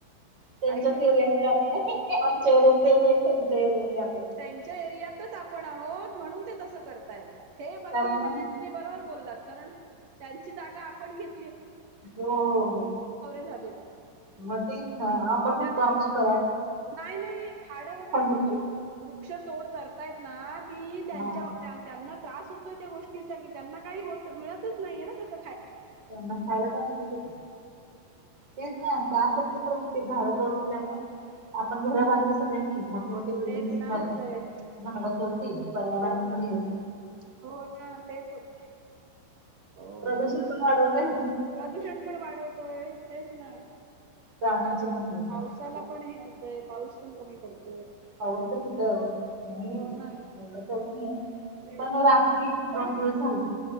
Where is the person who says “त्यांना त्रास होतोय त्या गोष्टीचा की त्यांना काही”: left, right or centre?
Right